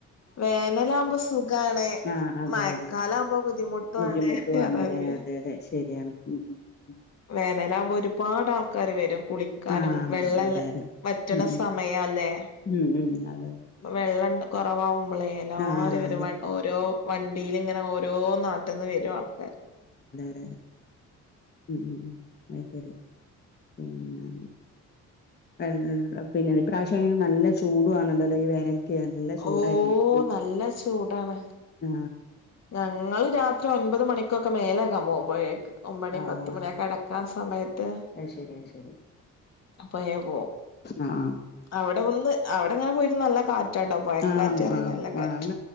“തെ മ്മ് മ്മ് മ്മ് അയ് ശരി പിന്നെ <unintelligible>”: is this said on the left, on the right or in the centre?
Left